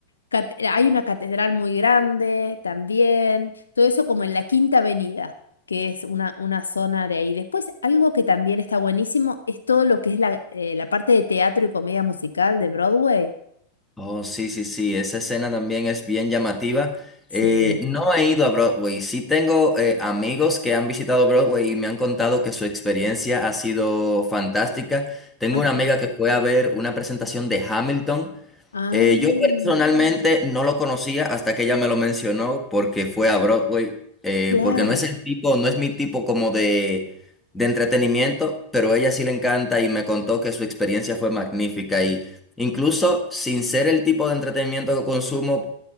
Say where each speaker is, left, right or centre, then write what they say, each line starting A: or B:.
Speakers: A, on the left; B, in the centre.
A: cate- hay una catedral muy grande también, todo eso como en la Quinta Avenida, que es una, una zona de ahí. Después, algo que también está buenísimo es todo lo que es la, eh, la parte de teatro y comedia musical de Broadway.
B: Oh, sí, sí, sí, esa escena también es bien llamativa.
A: Sí.
B: Eh, no he ido a Broadway, sí tengo eh, amigos que han visitado Broadway y me han contado que su experiencia ha sido fantástica. Tengo
A: Ah,
B: una amiga que fue a ver una presentación de Hamilton
A: ay,
B: Eh, yo personalmente no lo conocía hasta que ella me lo mencionó porque fue a Broadway, eh,
A: claro.
B: porque no es el tipo, no es mi tipo como de, de entretenimiento, pero a ella sí le encanta y me contó que su experiencia fue magnífica y incluso sin ser el tipo de entretenimiento que consumo,